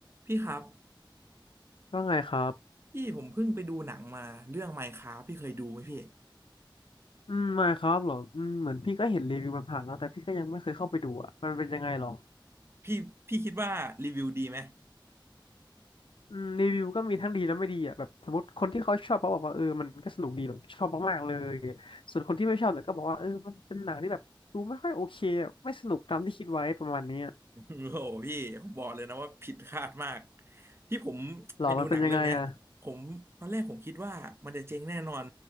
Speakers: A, on the right; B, on the left.
A: พี่ครับ
B: ว่าไงครับ
A: พี่ผมเพิ่งไปดูหนังมาเรื่อง Minecraft พี่เคยดูไหมพี่
B: อืมไม่ครับเหรออืมเหมือนพี่ก็เห็นรีวิวมันผ่านแล้วแต่พี่ก็ยังไม่เคยเข้าไปดูอ่ะมันเป็นยังไงหรอ
A: พี่พี่คิดว่ารีวิวดีไหม
B: อืมรีวิวก็มีทั้งดีและไม่ดีอ่ะแบบสมมติคนที่เขาชอบเขาบอกว่าเออมันก็สนุกดีแบบชอบมากๆเลยส่วนคนที่ไม่ชอบเนี่ยก็บอกว่าเออมันเป็นหนังที่แบบดูไม่ค่อยโอเคอะไม่สนุกตามที่คิดไว้ประมาณเนี้อ
A: <laughs> โอ้โหพี่ผมบอกเลยนะว่าผิดคาดมากที่ผมไปดูหนังเรื่องเนี้ยผมตอนแรกผมคิดว่ามันจะเจ๊งแน่นอน
B: หรอมันเป็นยังไงอ่ะ